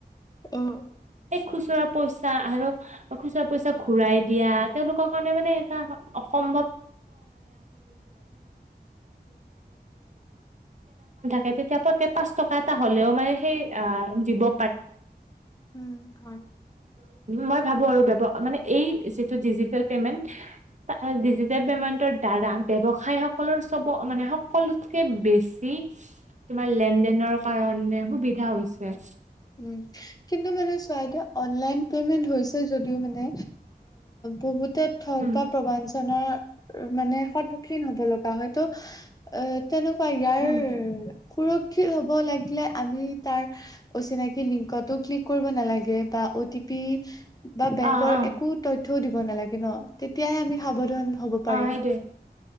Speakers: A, on the left (about 20°); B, on the right (about 45°).
A: অ',
B: খুচুৰা পইচা আৰু খুচুৰা পইচা ঘূৰাই দিয়া তেওঁলোকৰ কাৰণে মানে এটা অসম <unintelligible> তেতিয়া পতকে পাঁচ টকা এটা হ'লেও মানে সেই দিব উ
A: উম, হয়।
B: ম ভ আৰু মানে এই যিটো ডিজিটেল পেমেন্ট ডিজিটেল পেমেন্টৰ দ্বাৰা ব্যৱসায় সকলৰ চব মানে সকলোতকে বেছি তোমাৰ লেন দেেনৰ কাৰণে সুবিধা হৈছে
A: উ কিন্তু মানে চইদ অনলাইন পেমেন্ট হৈছে যদিও মানে বহুত থগ
B: উম
A: বা প্ৰবঞ্চনাৰ মানে সন্মুখীন হ'ব লগা হয় ত' এ তেনেকুৱা ইয়াৰ
B: উম
A: সুৰক্ষিত হ'ব লাগিলে আমি তাৰ অচিনাকি লিংকতো ক্লিক কৰিব নালাগে বা অ' টি পি বা বেংকৰ
B: অ অ
A: একো তথ্যয়ও দিব নালাগে ন তেতিয়াহে আমি সাৱধান হ'ব পাৰিম।
B: অ সেইটোৱ